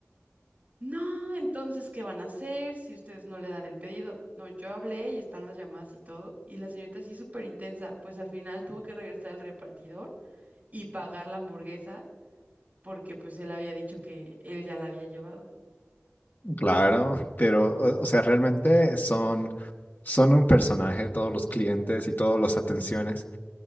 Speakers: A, on the right (about 35°); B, on the left (about 45°).
A: No, entonces, ¿qué van a hacer si ustedes no le dan el pedido? No, yo hablé y están las llamadas y todo, y la señorita sí súper intensa, pues al final tuvo que regresar al repartidor y pagar la hamburguesa porque pues él había dicho que él ya la había llevado.
B: Claro, pero o, o sea, realmente son, son un personaje todos los clientes y todas las atenciones.